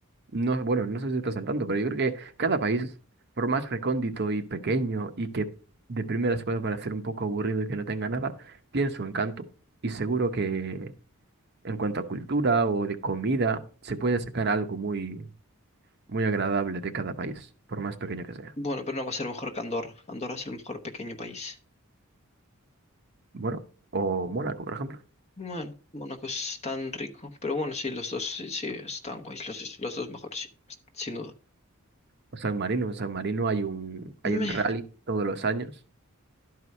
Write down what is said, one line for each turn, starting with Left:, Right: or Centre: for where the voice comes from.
Right: no, bueno, no sé si estás al tanto, pero yo creo que cada país, por más recóndito y pequeño y que de primeras pueda parecer un poco aburrido y que no tenga nada, tiene su encanto y seguro que en cuanto a cultura o de comida, se puede sacar algo muy, muy agradable de cada país, por más pequeño que sea.
Left: Bueno, pero no va a ser mejor que Andorra. Andorra es el mejor pequeño país.
Right: Bueno, o Mónaco, por ejemplo,
Left: Bueno, Mónaco es tan rico. Pero bueno, sí, los dos sí, sí, están guays. Los, los dos mejores, sí, sin duda.
Right: o San Marino. En San Marino hay un, hay
Left: Me
Right: un rally todos los años